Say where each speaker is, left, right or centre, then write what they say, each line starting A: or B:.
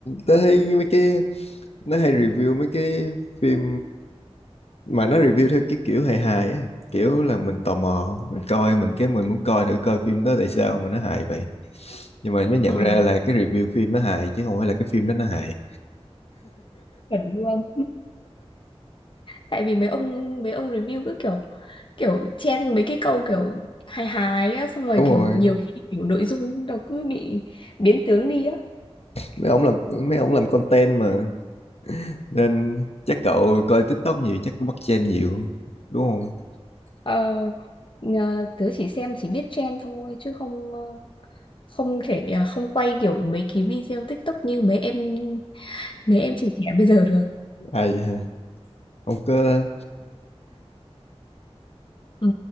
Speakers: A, on the left; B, on the left.
A: tớ thấy mấy cái nó hay review mấy cái phim mà nó review theo cái kiểu hài hài á, kiểu là mình tò mò, mình coi mình cái mình muốn coi thử coi phim đó tại sao mà nó hài vậy. Nhưng mà mới nhận
B: Ờ.
A: ra là cái review phim nó hài chứ không phải là cái phim đó nó hài.
B: chuẩn luôn tại vì mấy ông mấy ông review cứ kiểu kiểu chen mấy cái câu kiểu hài hài á xong rồi
A: Đúng
B: kiểu
A: rồi,
B: nhiều khi kiểu nội dung nó cứ bị biến tướng đi á
A: mấy ông làm mấy ông làm content mà nên chắc cậu coi TikTok nhiều chắc cũng bắt trend nhiều đúng không?
B: ờ, nhờ- tớ chỉ xem chỉ biết chen thôi chứ không ờ, không thể ờ, không quay kiểu mấy cái video TikTok như mấy em mấy em trẻ trẻ bây giờ được
A: À vậy hả? Ông có
B: ừ.